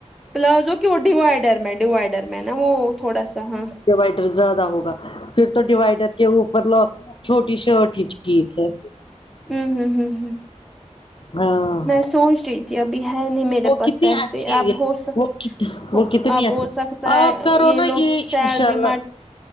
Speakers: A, in the centre; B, on the left.
A: پلازو کی وہ ڈیوائڈر میں ڈیوائڈر میں نا وہ تھوڑا سا ہاں
B: پروائڈر زیادہ ہوگا پھر تو ڈیوائڈر کے اوپر لو چھوٹی شرٹ ہی ٹھیک ہے
A: ہوں ہوں ہوں ہوں
B: ہاں
A: میں سوچ رہی تھی ابھی ہے نہیں میرے
B: وہ
A: پاس
B: کتنی
A: پیسے
B: اچھی
A: اب ہو سک
B: وہ کت وہ کتنی
A: اب
B: اچھی
A: ہو سکتا
B: آپ
A: ہے
B: کرو
A: یہ
B: نا
A: لوگ سیل
B: انشاء
A: ریمٹ
B: اللہ